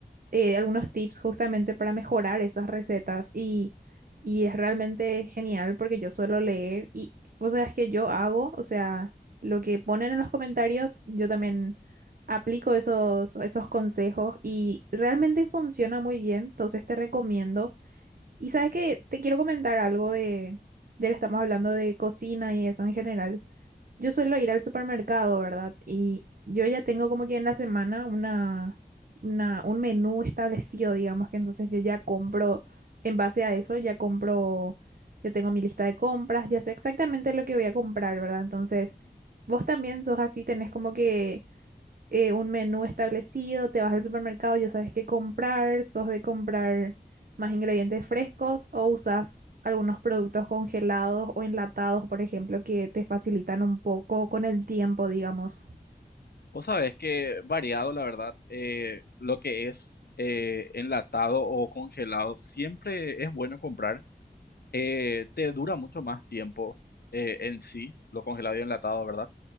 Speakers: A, on the right (about 60°); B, on the left (about 70°).
A: eh, algunos tips justamente para mejorar esas recetas y, y es realmente genial porque yo suelo leer y vos sabés que yo hago, o sea, lo que ponen en los comentarios, yo también aplico esos, esos consejos y realmente funciona muy bien, entonces te recomiendo. Y sabes que te quiero comentar algo de, ya que estamos hablando de cocina y eso en general. Yo suelo ir al supermercado, ¿verdad? Y yo ya tengo como que en la semana una, una, un menú establecido, digamos que entonces yo ya compro, en base a eso, ya compro, ya tengo mi lista de compras, ya sé exactamente lo que voy a comprar, ¿verdad? Entonces, vos también sos así, tenés como que eh, un menú establecido, te vas al supermercado, ya sabes qué comprar, sos de comprar más ingredientes frescos o usas algunos productos congelados o enlatados, por ejemplo, que te facilitan un poco con el tiempo, digamos.
B: Vos sabés que variado, la verdad, eh, lo que es eh, enlatado o congelado siempre es bueno comprar. Eh, te dura mucho más tiempo eh, en sí, lo congelado y enlatado, ¿verdad?